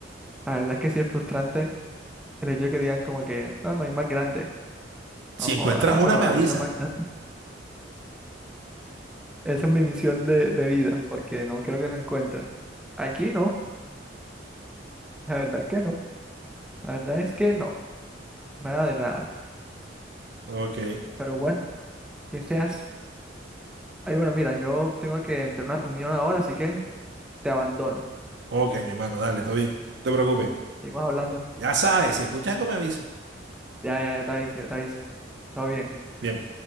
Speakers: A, in the centre; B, on the right (about 65°).
A: la verdad es que sí es frustrante el hecho de que digan como que, no, no hay más grande.
B: Si
A: No joda,
B: encuentras una,
A: pero
B: me
A: alguna
B: avisa.
A: una más grande. <laughs> Esa es mi misión de, de vida, porque no creo que lo encuentren. Aquí no, la verdad es que no. La verdad es que no, nada de nada.
B: Ok,
A: Pero bueno, que seas. Ay, bueno, mira, yo tengo que entrar a una reunión ahora, así que te abandono.
B: ok, mi hermano, dale, todo bien. No te preocupes.
A: Seguimos hablando.
B: Ya sabes, si escuchas algo, me avisa.
A: Ya, ya, ya te aviso, ya te aviso. Todo bien.
B: Bien.